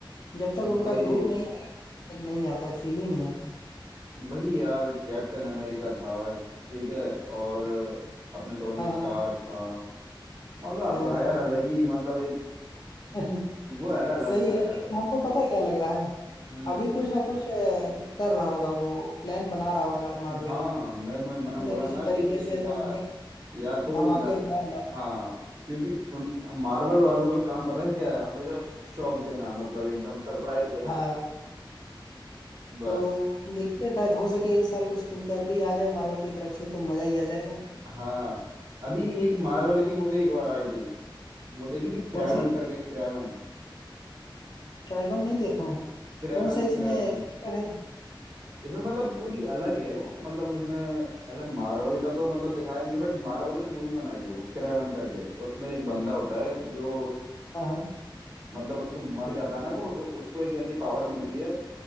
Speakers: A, on the left; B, on the right.
A: जब तक उनका
B: वही
A: ग्रुप नहीं आएगा तब तक नहीं आता है फील ही नहीं आता
B: वही यार कैप्टन अमेरिका था ठीक है और अपना टोनी
A: हाँ
B: स्टार्क
A: हाँ
B: था मजा आता
A: हाँ
B: था यार अलग ही मतलब एक
A: <laughs>
B: वो era अलग
A: सही
B: था
A: है
B: यार
A: लेकिन हमको पता है क्या लग रहा है
B: हम्म
A: अभी कुछ ना कुछ अ, कर रहा होगा वो प्लान बना रहा होगा मार्वल
B: हाँ मैं, मैं
A: किसी
B: मैंने बोला
A: ना किसी
B: ना अभी
A: तरीके
B: कि
A: से एकदम
B: हाँ
A: एक
B: या तो
A: धमाकेदार
B: न,
A: लॉन्चिंग
B: हाँ क्योंकि उन मार्वल वालों का काम पता है क्या है हमेशा शॉक देना मतलब एकदम सरप्राइज देना
A: हाँ
B: बस
A: तो देखिए शायद हो सके इस साल कुछ खुशखबरी आ जाए मार्वल की तरफ से तो मजा ही आ जाएगा
B: हाँ अभी एक मार्वल की मूवी एक और आई थी वो देखी थी क्रेवन
A: कौन सी
B: करके क्रेवन
A: ट्राइबल नहीं देखा हूँ
B: Kraven
A: कौन सा इसमें
B: Kraven
A: कैरेक्टर है
B: इसमें मतलब पूरी अलग है वो मतलब उसमें ऐसा मार्वल का तो मतलब दिखाया नहीं है बट मार्वल ने मूवी बनाई है वो क्रेवन करके उसमें एक बंदा होता है जो
A: हाँ हाँ
B: मतलब उसको मर जाता है ना वो तो उसको एक ऐसी पावर मिलती है